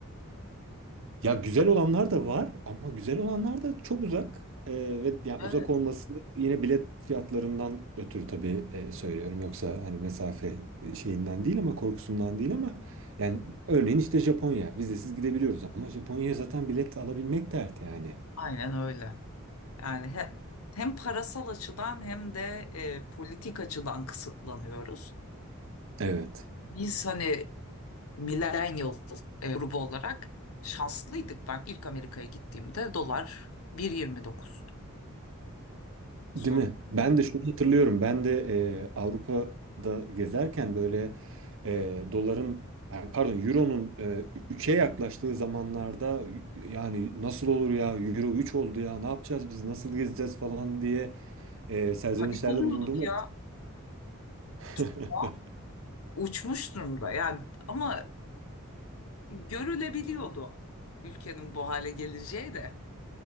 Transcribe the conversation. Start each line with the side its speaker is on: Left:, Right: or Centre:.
Right: Ya güzel olanlar da var ama güzel olanlar da çok uzak. Ee, ve yani
Left: evet.
Right: uzak olması yine bilet fiyatlarından ötürü tabii e, söylüyorum. Yoksa hani mesafe e, şeyinden değil ama korkusundan değil ama yani örneğin işte Japonya vizesiz gidebiliyoruz ama Japonya'ya zaten bilet alabilmek dert yani.
Left: Aynen öyle. Yani he- hem parasal açıdan hem de e, politik açıdan kısıtlanıyoruz.
Right: Evet.
Left: Biz hani millennial e, grubu olarak şanslıydık. Ben ilk Amerika'ya gittiğimde dolar 1.29'du. Sonra
Right: Değil mi? Ben de şunu hatırlıyorum. Ben de e, Avrupa'da gezerken böyle e, doların yani pardon euronun e, üçe yaklaştığı zamanlarda yani nasıl olur ya euro 3 oldu ya ne yapacağız biz nasıl gezeceğiz falan diye e, serzenişlerde
Left: panik oluyorduk
Right: bulunduğumu
Left: ya.
Right: hatırlıyorum.
Left: Şu an
Right: <laughs>
Left: uçmuş durumda yani ama görülebiliyordu ülkenin bu hale geleceği de.